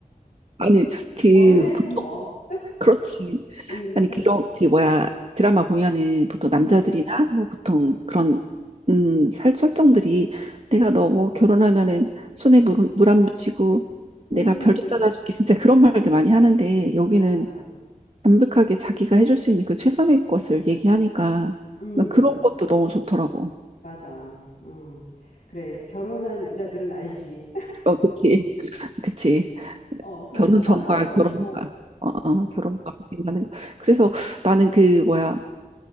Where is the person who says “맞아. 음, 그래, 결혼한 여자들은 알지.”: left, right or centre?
Left